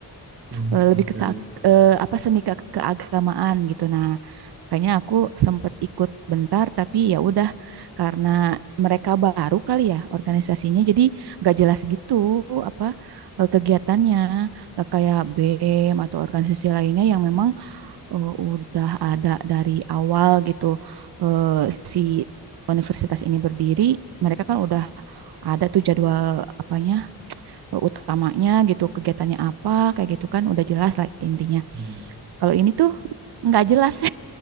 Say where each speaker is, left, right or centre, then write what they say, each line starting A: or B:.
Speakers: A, on the right; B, on the right.
A: Hmm,
B: eh, lebih
A: oke.
B: ke, kea- eh, apa seni ke keagamaan gitu. Nah, kayaknya aku sempat ikut bentar tapi ya udah karena mereka baru kali ya organisasinya jadi gak jelas gitu apa eh, kegiatannya gak kayak BEM atau organisasi lainnya yang memang eh, udah ada dari awal gitu Eh, si universitas ini berdiri mereka kan udah ada tuh jadwal apanya eh, utamanya gitu, kegiatannya apa, kayak gitu kan udah jelas lah intinya.
A: Hmm.
B: Kalau ini tuh nggak jelas.